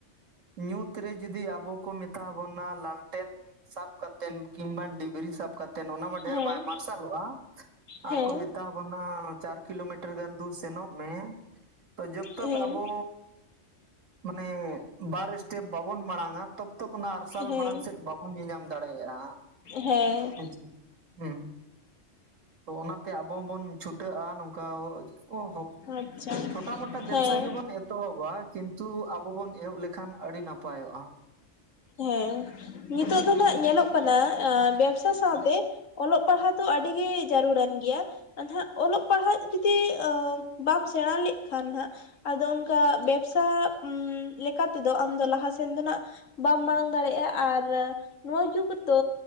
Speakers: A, on the right; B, on the left.
A: ᱧᱩᱛ ᱨᱮ ᱡᱩᱫᱤ ᱟᱵᱚ ᱠᱚ ᱢᱮᱛᱟ ᱵᱚᱱᱟ ᱞᱟᱞᱴᱮᱱ ᱥᱟᱵ ᱠᱟᱛᱮᱱ ᱠᱤᱢᱵᱟᱱ ᱰᱤᱵᱨᱤ ᱥᱟᱵ ᱠᱟᱛ ᱛᱮᱱ ᱚᱱᱟ ᱢᱟ ᱰᱷᱮᱨ
B: ᱦᱮᱸ
A: ᱵᱟᱭ ᱢᱟᱨᱥᱟᱞᱚᱜ-ᱟ
B: ᱦᱮᱸ
A: ᱟᱨ ᱠᱚ ᱢᱮᱛᱟ ᱵᱚᱱᱟ ᱪᱟᱨ ᱠᱤᱞᱳᱢᱤᱴᱟᱨ ᱜᱟᱱ ᱫᱩ ᱥᱮᱱᱚᱜ ᱢᱮ᱾ ᱛᱚ ᱡᱚᱛᱚ
B: ᱦᱮᱸ
A: ᱠᱚ ᱟᱵᱚ ᱢᱟᱱᱮ ᱵᱟᱨ ᱥᱴᱮᱯ ᱵᱟᱵᱚᱱ ᱢᱟᱲᱟᱝᱟ ᱛᱚᱯᱛᱚᱯ ᱚᱱᱟ ᱟᱨᱥᱟᱞ
B: ᱦᱮᱸ
A: ᱢᱟᱲᱟᱝ ᱥᱮᱫ ᱵᱟᱵ ᱧᱮᱧᱟᱢ ᱫᱟᱲᱮᱭᱟᱜ-ᱟ
B: ᱦᱮᱸ
A: ᱟᱪᱪᱷᱟ ᱦᱮᱸ᱾ ᱛᱚ ᱚᱱᱟᱛᱮ ᱟᱵᱚ ᱦᱚ ᱵᱚᱱ ᱪᱷᱩᱴᱟᱹᱜ-ᱟ ᱱᱚᱝᱠᱟ <unintelligible> ᱚ ᱦᱚᱯ
B: ᱟᱪᱪᱷᱟ
A: ᱪᱷᱚᱴᱟ ᱢᱚᱴᱟ ᱵᱮᱵᱽᱥᱟᱭ
B: ᱦᱮᱸ
A: ᱜᱮᱵᱚᱱ ᱮᱛᱚᱦᱚᱵ ᱵᱟ ᱠᱤᱱᱛᱩ ᱟᱵᱚ ᱵᱚᱱ ᱮᱦᱚᱵ ᱞᱮᱠᱷᱟᱱ ᱟᱹᱰᱤ ᱱᱟᱯᱟᱭᱚᱜ-ᱟ᱾
B: ᱦᱮᱸ ᱱᱤᱛᱳᱜ ᱫᱚ ᱱᱟᱦᱟᱸᱜ ᱧᱮᱞᱚᱜ ᱠᱟᱱᱟ ᱮ ᱵᱮᱵᱽᱥᱟ ᱥᱟᱶᱛᱮ ᱚᱞᱚᱜ ᱯᱟᱲᱦᱟᱜ ᱫᱚ ᱟᱹᱰᱤᱜᱮ ᱡᱟᱹᱨᱩᱲᱟᱱ ᱜᱮᱭᱟ᱾ ᱟᱨᱫᱚ ᱦᱟᱸᱜ ᱚᱞᱚᱜ ᱯᱟᱲᱦᱟᱜ ᱡᱩᱫᱤ ᱟᱻ ᱵᱟᱢ ᱥᱮᱬᱟ ᱞᱮᱜ ᱠᱷᱟᱱ ᱦᱟᱸᱜ ᱟᱫᱚ ᱚᱱᱠᱟ ᱵᱮᱵᱽᱥᱟ ᱞᱮᱠᱟᱛᱮᱫᱚ ᱟᱢᱫᱚ ᱞᱟᱦᱟ ᱥᱮᱱ ᱫᱚ ᱱᱟᱦᱟᱸᱜ ᱵᱟᱢ ᱢᱟᱲᱟᱝ ᱫᱟᱲᱮᱭᱟᱜ-ᱟ ᱟᱨ ᱱᱚᱣᱟ ᱡᱩᱜᱽ ᱨᱮᱫᱚ